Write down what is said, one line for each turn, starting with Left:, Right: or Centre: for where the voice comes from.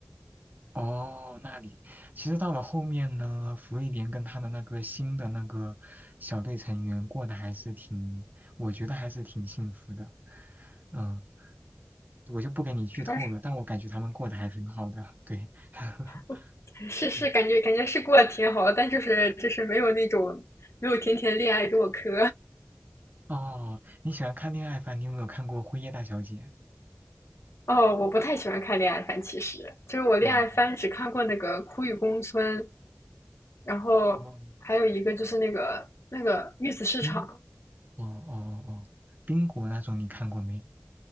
Right: 哦，那里其实到了后面呢，芙莉莲跟他的那个新的那个小队成员过得还是挺，我觉得还是挺幸福的。嗯，我就不给你剧透了，
Left: 主要
Right: 但我感觉他们过得还挺好的。对，<laughs>
Left: <laughs> 是是，
Right: 嗯
Left: 感觉感觉是过得挺好，的，但就是就是没有那种没有甜甜恋爱给我磕。
Right: 哦，你喜欢看恋爱番，你有没有看过《辉夜大小姐》？
Left: 哦，我不太喜欢看恋爱番，其实就是我恋爱番只看过那个《苦与宫村》，
Right: 哦，
Left: 然后还有一个就是那个那个玉子市场，
Right: 哦，嗯，哦哦哦，冰果那种你看过没？